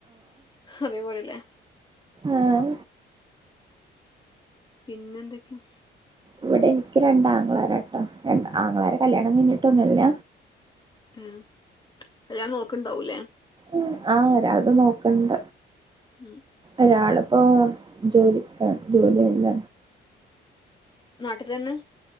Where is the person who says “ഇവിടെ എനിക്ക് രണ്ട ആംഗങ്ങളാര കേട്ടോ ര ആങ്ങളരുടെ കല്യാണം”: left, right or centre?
Right